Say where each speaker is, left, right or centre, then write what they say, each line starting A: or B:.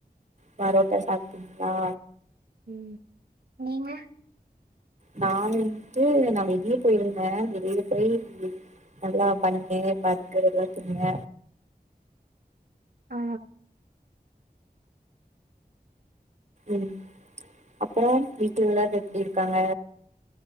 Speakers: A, on the right (about 45°); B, on the right (about 65°).
A: பரோட்டா சாப்டீங்ளா
B: ம் நீங்க
A: நா வந்ட்டு நா வெளிய போயிருந்த வெளில போயி நல்லா பன்னு பா்கர் எல்லா துன்னிங்க
B: ஆ
A: ம் அப்ற வீட்ல எல்லாரு எப்டி இருக்காங்க